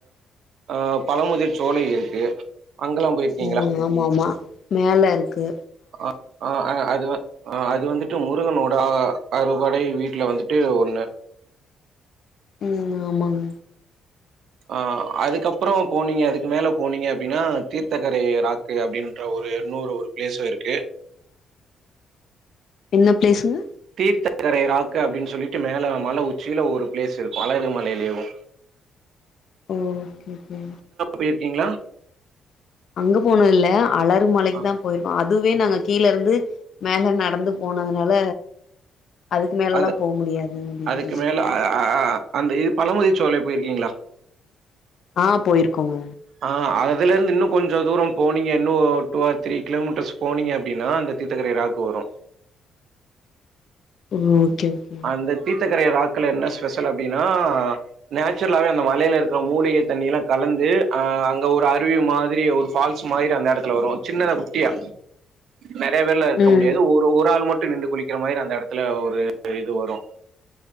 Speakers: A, on the right; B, on the left.
A: அ பழமுதிர் சோலை இருக்கு அங்கெல்லா போயிருக்கீங்களா
B: ம் ஆமா ஆமா மேலருக்கு
A: ஆ ஆ அ அது வந் அ அது வந்துட்டு முருகனோட அ அறுபடை வீட்ல வந்துட்டு ஒண்ணு
B: ம் ஆமாங்க
A: ஆ அதுக்கப்றோ போனீங்க அதுக்கு மேல போனீங்க அப்டின்னா தீர்த்தகரை ரா க்கு அப்டின்ற ஒரு இன்னோரு ஒரு பிளேசு இருக்கு
B: என்ன பிளேசுங்க
A: தீர்த்தகரை ராக்கு அப்டின் சொல்லிட்டு மேல மல உச்சில ஒரு பிளேஸ் இருக்கு அழகர் மலயிலேவு
B: ஓ ஓகே ஓகே
A: போய்ருக்கீங்ளா
B: அங்க போனதுல்ல அழர் மலைக்குதா
A: அ
B: போயிர்கோ அதுவே நாங்க கீழ இருந்து மேல நடந்து போனதுனால அதுக்கு மேலலா
A: அது
B: போ முடியாது அப்டின்
A: அதுக்கு
B: இருந்துட்டோ
A: மேல அ அ அ அந்த இது பழமுதிர்சோலை போய்ருக்கீங்ளா
B: ஆ போயிருக்கோங்க
A: ஆ அதுல இருந்து இன்னோ கொஞ்சோ தூரோ போனீங்க இன்னோ டூ ஆர் த்ரீ கிலோமீட்டர்ஸ் போனீங்க அப்டின்னா அந்த தீர்த்தக்கரை ராக்கு வரு
B: <unintelligible> ஓகே ஓகே
A: அந்த தீத்தக்கரை ராக்குல என்ன ஸ்பெஷல் அப்டின்னா நேச்சுரலாவே அந்த மலெல இருக்ற மூலிகை தண்ணிலா கலந்து ஆ அங்க ஒரு அருவி மாதிரி ஒரு ஃபால்ஸ் மாரி அந்த இடத்துல வரு சின்னதா குட்டியா நெறய பேர்லா இருக்க
B: ம்
A: முடியாது ஒரு ஒரு ஆள் மட்டு நின்டு குளிக்கிற மாரி அந்த எடத்துல ஒரு இது வரு